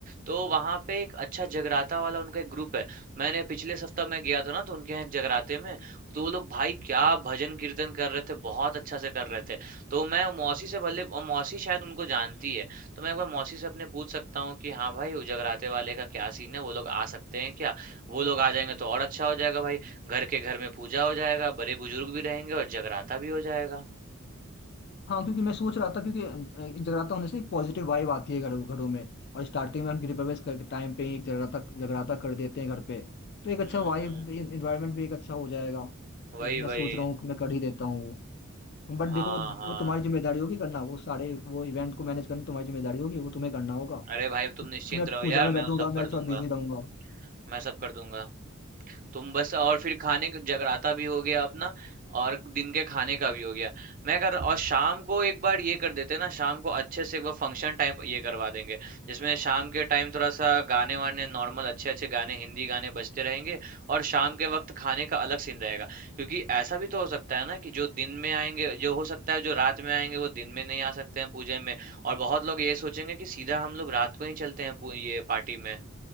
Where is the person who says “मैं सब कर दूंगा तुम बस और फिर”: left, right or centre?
Right